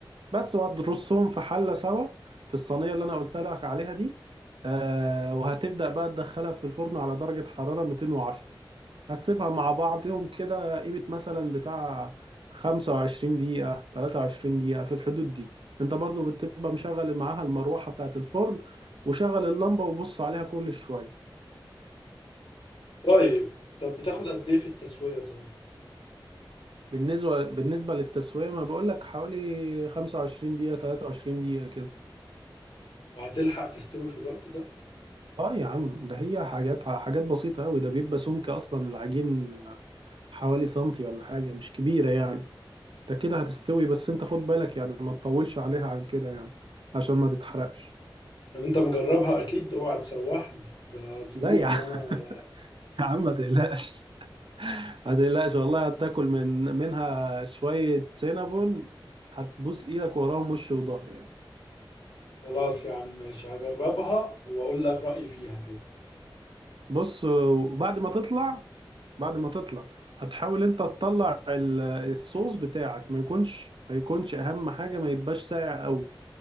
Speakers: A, on the right (about 80°); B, on the left (about 70°).
A: بس وهترصهم في حلة سوا في الصينية اللي انا قلت لك عليها دي آه وهتبدأ بقى تدخلها في الفرن على درجة حرارة 210 هتسيبها مع بعضهم كده قيمة مثلا بتاع 25 دقيقة 23 دقيقة في الحدود دي انت برضو بتبقى مشغل معاها المروحة بتاعة الفرن وشغل اللمبة وبص عليها كل شوية
B: طيب طب بتاخد قد إيه في التسوية طيب؟
A: بالنسبة بالنسبة للتسوية ما بقولك حوالي 25 دقيقة 23 دقيقة كده
B: وهتلحق تستوي في الوقت ده
A: اه يا عم ده هي حاجات حاجات بسيطة أوي ده بيبقى سمك أصلا العجين حوالي سنتي ولا حاجة مش كبيرة يعني ده كده هتستوي بس انت خد بالك يعني ما تطولش عليها عن كده يعني عشان ما تتحرقش
B: طب انت مجربها اكيد اوعى تسوحني ده ضيوف
A: لا يا عم
B: وانا
A: يا عم ما تقلقش ما تقلقش والله هتاكل من منها شوية سينابون هتبوس ايدك وراهم وش وظهر يعني
B: خلاص يا عم ماشي هجربها واقول لك رأيي فيها كده
A: بص بعد ما تطلع بعد ما تطلع هتحاول انت تطلع ال- الصوص بتاعك ما يكونش ما يكونش اهم حاجة ما يبقاش ساقع قوي